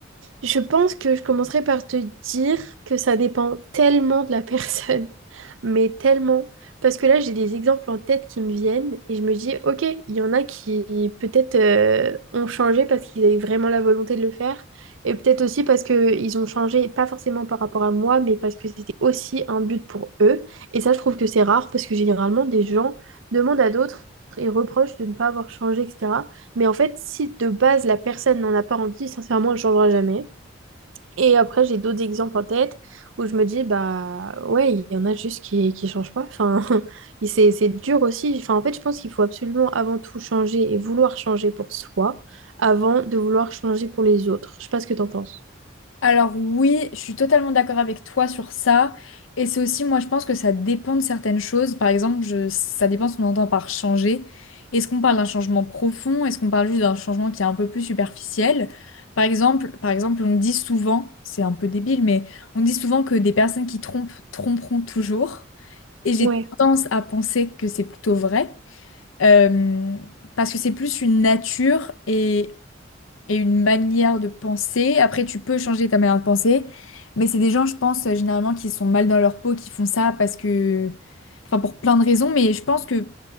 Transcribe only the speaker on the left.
Alors oui, je suis totalement d'accord avec toi sur ça. Et c'est aussi, moi, je pense que ça dépend de certaines choses. Par exemple, je- ça dépend ce qu'on entend par changer. Est-ce qu'on parle d'un changement profond? Est-ce qu'on parle juste d'un changement qui est un peu plus superficiel? Par exemple, par exemple, on dit souvent, c'est un peu débile, mais on dit souvent que des personnes qui trompent tromperont toujours. Et j'ai
tendance à penser que c'est plutôt vrai, euh, parce que c'est plus une nature et, et une manière de penser. Après, tu peux changer ta manière de penser, mais c'est des gens, je pense, euh, généralement qui sont mal dans leur peau, qui font ça parce que, enfin, pour plein de raisons, mais je pense que